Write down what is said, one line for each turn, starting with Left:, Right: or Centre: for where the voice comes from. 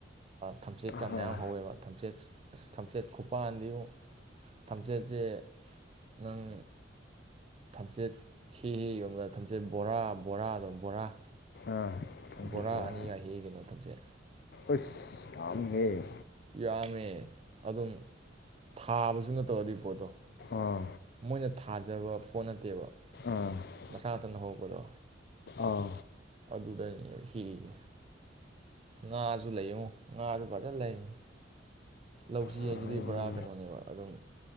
Right: ꯊꯝꯆꯦꯠꯀ
Left: ꯍꯣꯏ
Right: ꯃꯌꯥꯝ ꯍꯧꯋꯦꯕ ꯊꯝꯆꯦꯠ ꯑꯁ ꯊꯝꯆꯦꯠ ꯈꯨꯄꯥꯟꯥꯟꯗꯤꯕꯨꯨ ꯊꯝꯆꯦꯠꯁꯦ ꯅꯪ ꯊꯝꯆꯦꯠ ꯍꯤ ꯍꯤ ꯌꯣꯟꯕꯗ ꯊꯝꯆꯦꯠ ꯕꯣꯔꯥ ꯕꯣꯔꯥꯗꯣ ꯕꯣꯔꯥ
Left: ꯑꯥ ꯀꯥꯡꯆꯤꯄꯨꯔ
Right: ꯕꯣꯔꯥ ꯑꯅꯤꯒ ꯍꯦꯛꯑ ꯀꯩꯅꯣ ꯊꯝꯆꯦꯠ
Left: ꯑꯁ ꯌꯥꯝꯃꯦꯍꯦ
Right: ꯌꯥꯝꯃꯦ ꯑꯗꯨꯝ ꯊꯥꯕꯁꯨ ꯅꯠꯇꯖ ꯑꯗꯨꯏ ꯄꯣꯠꯇꯣ
Left: ꯑꯥ
Right: ꯃꯣꯏꯅ ꯊꯥꯖꯕ ꯄꯣꯠ ꯅꯠꯇꯦꯕ
Left: ꯑꯥ
Right: ꯃꯁꯥ ꯃꯊꯟꯇꯅ ꯍꯧꯔꯛꯄꯗꯣ
Left: ꯑꯥ
Right: ꯑꯗꯨꯗꯅꯦꯕ ꯍꯦꯛꯏꯁꯦ ꯉꯥꯁꯨ ꯂꯩꯌꯦꯉꯣ ꯉꯥꯁꯨ ꯐꯖꯅ ꯂꯩꯕꯅꯤ ꯂꯧꯁꯤ
Left: ꯅꯨꯡꯉꯥꯏꯅꯤ
Right: ꯍꯥꯏꯁꯤꯗꯤ ꯄꯨꯔꯥ ꯀꯩꯅꯣꯅꯦꯕ ꯑꯗꯨꯝ